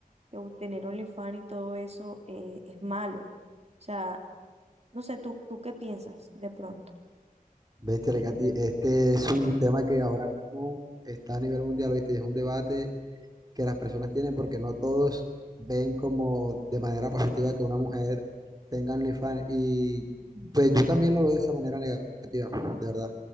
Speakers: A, on the right; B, on the right.
A: o tener OnlyFans y todo eso eh, es malo. O sea, no sé, ¿tú, tú qué piensas de pronto?
B: bestia Lecati, este es un tema que ahora mismo está a nivel mundial, ¿viste? Y es un debate que las personas tienen porque no todos ven como de manera positiva que una mujer tenga OnlyFans. Y pues yo también lo veo de esa manera negativa, de verdad.